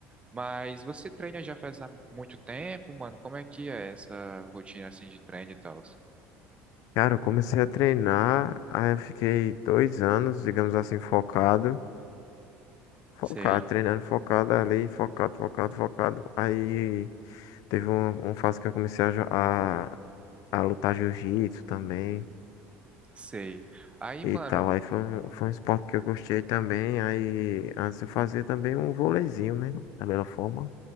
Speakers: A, on the right; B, on the left.
A: Mas você treina já faz há muito tempo, mano? Como é que é essa rotina assim de treino e tal?
B: Cara, eu comecei a treinar, aí eu fiquei dois anos, digamos assim, focado. Focado,
A: Sei,
B: treinando focado ali, focado, focado, focado. Aí teve uma, uma fase que eu comecei a, jo- a, a lutar jiu-jitsu também
A: sei. Aí,
B: e
A: mano,
B: tal. Aí foi um, foi um esporte que eu gostei também. Aí antes eu fazia também um vôleizinho, né? Da melhor forma.